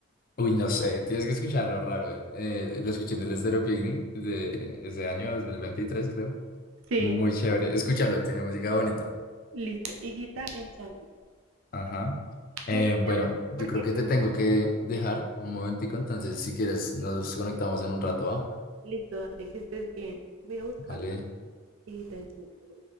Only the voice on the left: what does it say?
uy, no sé, tienes que escucharlo raro. eh. Eh, lo escuché en el Estéreo Picnic de ese año dos mil veintitrés creo.
Muy chévere. Escúchalo, tiene música bonita.
Ajá. Eh,
bueno,
yo
creo
que
te tengo que dejar un momentico, entonces si quieres nos conectamos en un rato, ¿va?
Vale.